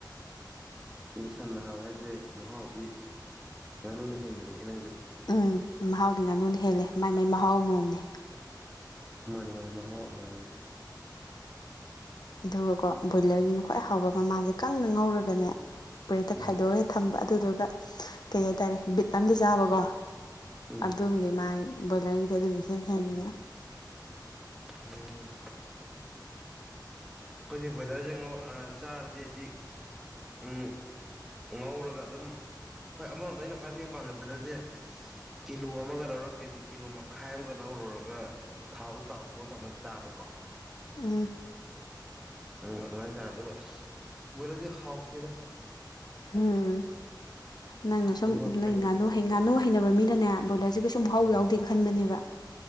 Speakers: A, in the centre; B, on the left.
A: ꯑ ꯁꯟꯅ ꯍꯥꯎꯋ ꯍꯥꯏꯁꯦ ꯃꯍꯥꯎꯗꯤ ꯉꯥꯅꯨꯅ ꯍꯦꯟꯕꯅꯦ ꯍꯦ ꯅꯪꯁꯦ
B: ꯎꯝ ꯃꯍꯥꯎꯗꯤ ꯉꯥꯅꯨꯅ ꯍꯦꯜꯂꯦ ꯃꯥꯏ ꯃꯥꯏ ꯃꯍꯥꯎ ꯑꯃꯝꯅꯦ
A: ꯃꯥꯅꯦ ꯃꯥꯅꯦ ꯃꯍꯥꯎ ꯑꯃ
B: ꯑꯗꯨꯒꯀꯣ ꯕꯣꯏꯂꯔꯒꯤꯅ ꯈ꯭ꯋꯥꯏ ꯍꯥꯎꯕ ꯃꯥꯁꯦ ꯀꯪꯅ ꯉꯧꯔꯒꯅꯦ ꯄꯨꯔꯦꯠꯇ
A: ꯎꯝ
B: ꯈꯥꯏꯗꯣꯛꯑ ꯍꯦ ꯊꯝꯕ ꯑꯗꯨꯗꯨꯒ ꯀꯩ ꯍꯥꯏ ꯇꯔꯦ ꯕꯤꯠ ꯑꯝꯗ ꯆꯥꯕꯀꯣ
A: ꯎꯝ
B: ꯑꯗꯨꯝꯗꯤ ꯃꯥꯏ ꯕꯣꯏꯂꯔꯒꯤꯗꯤ ꯑꯗꯨꯅꯤ ꯏꯍꯦꯟ ꯍꯦꯟꯜꯕꯅꯦ
A: ꯎꯝ ꯑꯩꯈꯣꯏꯗꯤ ꯕꯣꯏꯂꯔꯁ ꯆꯥꯔꯗꯤ ꯑꯩꯗꯤ ꯎꯝ ꯉꯧꯔꯒ ꯑꯗꯨꯝ ꯍꯣꯏ ꯑꯃꯔꯣꯝꯗ ꯑꯩꯅ ꯈ꯭ꯋꯥꯏꯗꯒꯤ ꯄꯥꯝꯖꯩ ꯕꯣꯏꯂꯔꯁꯦ ꯀꯤꯂꯣ ꯑꯃꯒ ꯂꯧꯔꯀꯦꯖꯤ ꯀꯤꯂꯣ ꯃꯈꯥꯏ ꯑꯃꯒ ꯂꯧꯔꯨꯔꯒ ꯊꯥꯎꯗꯣ ꯇꯥꯎꯊꯣꯛꯑ ꯊꯝꯃ ꯆꯥꯕꯀꯣ <inaudible>
B: ꯎꯝ
A: ꯎꯝ ꯑꯗꯨꯃꯥꯏꯅ ꯆꯥꯔ ꯑꯗꯣ ꯃꯣꯏꯔꯗꯤ ꯍꯥꯎꯇꯦꯗ
B: ꯎꯝ ꯅꯪꯅ
A: ꯑꯗꯨꯒ
B: ꯁꯨꯝ ꯅꯣꯏ
A: ꯀꯩꯅꯣ
B: ꯉꯥꯅꯨ ꯉꯥꯅꯨ ꯍꯩꯅꯕ ꯃꯤꯅꯅꯦ ꯕ꯭ꯔꯣꯏꯂꯔꯁꯤ ꯀꯩꯁꯨꯨꯝ ꯃꯍꯥꯎ
A: ꯎꯝ
B: ꯌꯥꯎꯗꯦꯅ ꯈꯟꯕꯅꯦꯕ